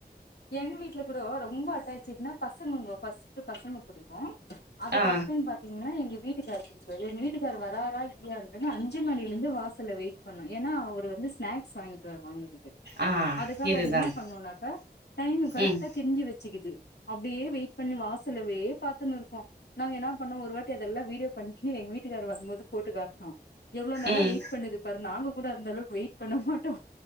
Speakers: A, on the left; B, on the right.
A: எங்க வீட்ல கூட ரொம்ப அட்டாச்சட்னா பசங்கங்க ஃபர்ஸ்ட்டு பசங்க புடிக்கு அதுக்
B: ஆ
A: அத்துன்னு பாத்தீங்கன்னா எங்க வீட்டுக்காரு எங்க வீட்டுக்கார் வராறா இல்லையா ங்க அஞ்சுமணிலிருந்து வாசல்ல வெயிட் பண்ணோ ஏனா அவர் வந்து ஸ்நாக் ஸ் வாங்கிட்டு வருவாங்க இதுக்கு
B: ஆ
A: அதுக்காக
B: இதுதாங்க.
A: அது என்ன பண்ணுனாக்கா டைம்ம கரெக்டா
B: ம்
A: தெரிஞ்சு வச்சிக்கிது அப்டியே வெயிட் பண்ணி வாசலவே பாத்துன்னு இருக்கு நாங்க என்ன பண்ணோ ஒரு வாட்டி அதெல்லா வீடியோ பண்ணி எங்க வீட்டுக்காரு வருபோது போ போட்டு காட்னோ எவ்ளோ நல்லா
B: ம்
A: வெயிட் பண்ணுது பாரு நாங்க கூட அந்த அளவுக்கு வெயிட் பண்ண மாட்டோ